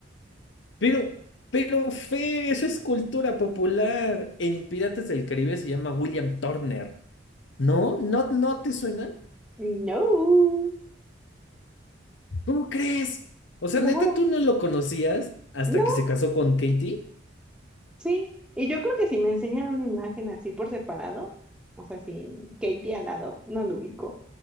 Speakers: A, on the left (about 70°); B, in the centre.
A: Pero, pero, Fe, eso es cultura popular. En Piratas del Caribe se llama William Turner. ¿No? ¿No, no te suena?
B: No,
A: ¿Cómo crees? O sea,
B: te lo
A: neta,
B: juro.
A: tú no lo conocías hasta
B: No,
A: que se casó con Katie.
B: sí. Y yo creo que si me enseñan una imagen así por separado, o sea, sin Katie al lado, no lo ubico